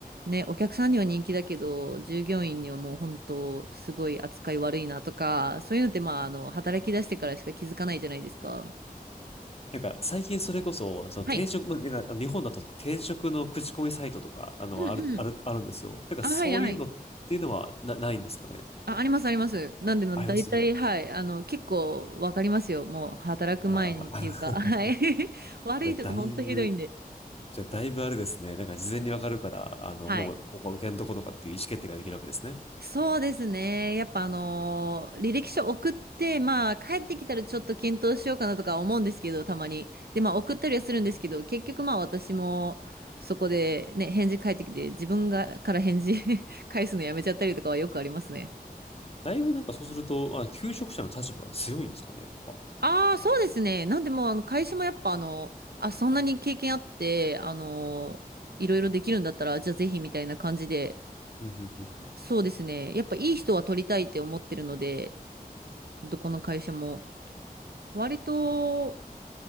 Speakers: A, on the right (about 85°); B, on the left (about 40°).
A: ね、お客さんには人気だけど、従業員にはもう本当、すごい扱い悪いなとか、そういうのってまあ、あの、働き出してからしか気づかないじゃないですか。
B: なんか、最近それこそ、その転職、
A: はい。
B: まあなんか日本だと転職の口コミサイトとか、あの、
A: うん
B: ある、ある、あるんですよ。なんか、
A: あ、
B: そういうのっていうのはな、
A: はい、はい。
B: ないんですかね。
A: あ、あります、あります。なんでの、
B: あります
A: 大体、はい。あの、結構わかりますよ。もう、働く前にっていうか、
B: ああー。
A: <laughs> はい。<laughs>
B: <laughs>
A: 悪いとこ、
B: じゃあ、だいぶ、
A: ほんとひどいんで。
B: じゃあ、だいぶあれですね。なんか、事前にわかるから、あの、
A: はい。
B: もう、ここは受けんとことかっていう意思決定ができるわけですね。
A: そうですね。やっぱ、あのー履歴書送って、まあ、帰ってきたらちょっと検討しようかなとか思うんですけど、たまに。で、まあ、送ったりはするんですけど、結局、まあ、私も、そこで、ね、返事返ってきて、自分が、から返事 <laughs> 返すのやめちゃったりとかはよくありますね。
B: だいぶなんかそうすると、あ、求職者の立場が強いんですかね、やっぱ
A: ああ、そうですね。なんでもう、あの、会社もやっぱ、あの、あ、そんなに経験あって、あの、いろいろできるんだったら、じゃあぜひみたいな感じで、
B: うんうんうんうん
A: そうですね。やっぱいい人は取りたいって思ってるので、どこの会社も。割と、